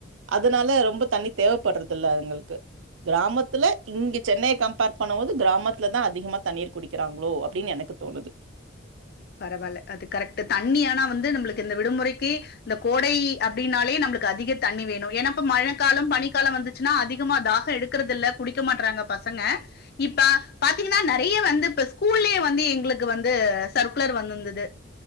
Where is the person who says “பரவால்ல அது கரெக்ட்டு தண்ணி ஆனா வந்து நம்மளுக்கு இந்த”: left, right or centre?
Left